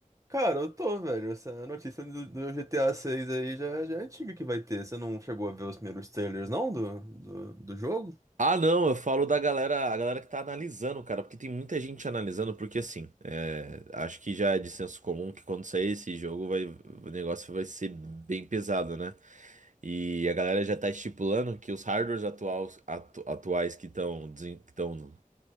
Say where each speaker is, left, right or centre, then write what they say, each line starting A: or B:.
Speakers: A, on the right; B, on the right.
A: Cara, eu tô, velho. Essa notícia do, do GTA 6 aí já, já é antiga que vai ter. Você não chegou a ver os primeiros trailers, não, do, do, do jogo?
B: Ah, não, eu falo da galera, a galera que tá analisando, cara, porque tem muita gente analisando, porque assim, é, acho que já é de senso comum que quando sair esse jogo vai, o negócio vai ser bem pesado, né? E a galera já tá estipulando que os hardwares atuais, atu- atuais que estão que estão